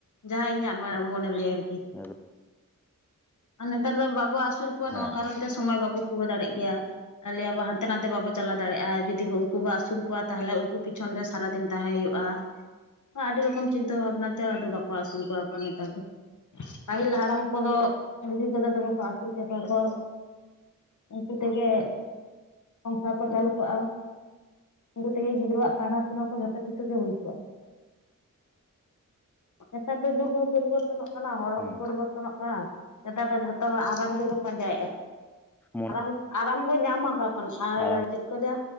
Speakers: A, on the left; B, in the centre.
A: ᱡᱟᱦᱟᱸ ᱤᱧᱟᱹᱜ ᱢᱚᱱᱮ ᱞᱟᱹᱭ ᱟ ᱟᱨᱠᱤ᱾
B: ᱮᱠᱫᱚᱢ
A: ᱟᱨ ᱱᱮᱛᱟᱨ ᱫᱚ ᱵᱟᱵᱩ ᱟᱥᱩᱨ ᱠᱚ ᱱᱚᱣᱟ
B: ᱦᱮᱸ
A: ᱠᱚᱱ ᱛᱮ ᱥᱚᱢᱚᱭ ᱵᱟᱵᱚ ᱯᱩᱨᱟᱹ ᱫᱟᱲᱮᱭᱟᱜ ᱜᱮᱭᱟ ᱦᱟᱱᱛᱮ ᱞᱟᱹᱭ ᱟᱵᱚ ᱦᱟᱱᱛᱮ ᱱᱟᱛᱮ ᱵᱟᱵᱚ ᱪᱟᱞᱟᱣ ᱫᱟᱲᱮᱭᱟᱜ-ᱟ᱾ ᱡᱩᱫᱤ ᱩᱱᱠᱩ ᱵᱚᱱ ᱟᱹᱥᱩᱞ ᱠᱚᱣᱟ ᱛᱟᱦᱚᱞᱮ ᱩᱱᱠᱩ ᱯᱤᱪᱷᱚᱱ ᱨᱮ ᱥᱟᱨᱟᱫᱤᱱ ᱛᱟᱦᱮᱸᱟᱸ ᱦᱳᱭ-ᱟ᱾ ᱟᱹᱰᱤ ᱨᱚᱠᱚᱢ ᱪᱤᱱᱛᱟᱹ ᱵᱷᱟᱵᱱᱟ ᱛᱮ ᱟᱫᱚ ᱵᱟᱠᱚ ᱟᱹᱥᱩᱞ ᱠᱚᱣᱟ ᱠᱚᱣᱟ ᱱᱮᱛᱟᱨ ᱫᱚ᱾ ᱯᱟᱹᱦᱤᱞ ᱦᱟᱲᱟᱢ ᱠᱚᱫᱚ ᱵᱷᱤᱰᱤ ᱠᱚᱫᱚ ᱫᱚᱢᱮ ᱠᱚ ᱟᱥᱩᱞ ᱠᱮ ᱠᱚᱣᱟ ᱠᱚ ᱩᱱᱠᱩ ᱛᱮᱜᱮ ᱥᱟᱨ ᱠᱚ ᱪᱟᱞᱩ ᱠᱚᱜᱼᱟ ᱩᱱᱠᱩ ᱛᱮᱜᱮ ᱜᱤᱫᱽᱨᱟᱹᱣᱟᱜ ᱯᱟᱲᱦᱟᱥᱩᱱᱟ ᱠᱚ ᱡᱷᱚᱛᱚ ᱠᱤᱪᱷᱩ ᱜᱮ ᱦᱩᱭ ᱠᱚᱜᱼᱟ᱾ ᱱᱮᱛᱟᱨ ᱫᱚ ᱡᱩᱜᱽ ᱦᱚᱸ ᱯᱚᱨᱤᱵᱚᱨᱛᱚᱱᱚᱜ ᱠᱟᱱᱟ ᱦᱚᱲ ᱦᱚᱸᱠᱚ
B: ᱦᱩᱸ
A: ᱯᱚᱨᱤᱵᱚᱨᱛᱚᱱᱚᱜ ᱠᱟᱱᱟ᱾ ᱱᱮᱛᱟᱨ ᱫᱚ ᱡᱷᱚᱛᱚ ᱦᱚᱲ ᱟᱨᱟᱢ ᱜᱮᱵᱚ ᱯᱟᱱᱡᱟᱭᱮᱫᱼᱟ᱾
B: ᱢᱚᱱᱮ
A: ᱟᱨᱟᱢ
B: ᱦᱚᱸ
A: ᱟᱨᱟᱢ ᱵᱚᱱ ᱧᱟᱢᱟ ᱚᱠᱟ ᱠᱷᱚᱱ ᱟᱨ
B: ᱟᱨᱟᱢ
A: ᱪᱮᱫ ᱠᱚ ᱞᱮᱹᱭᱟ